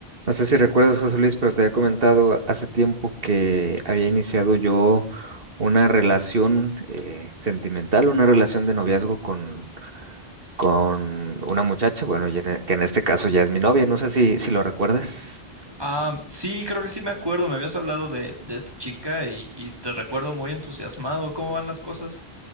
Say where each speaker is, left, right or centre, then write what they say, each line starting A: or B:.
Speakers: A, on the right; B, on the right.
A: No sé si recuerdas, José Luis, pero te había comentado hace tiempo que había iniciado yo una relación eh, sentimental, una relación de noviazgo con, con una muchacha, bueno, ya en- e, que en este caso ya es mi novia, no sé si, si lo recuerdas.
B: Ah, sí, creo que sí me acuerdo. Me habías hablado de, de esta chica y, y te recuerdo muy entusiasmado. ¿Cómo van las cosas?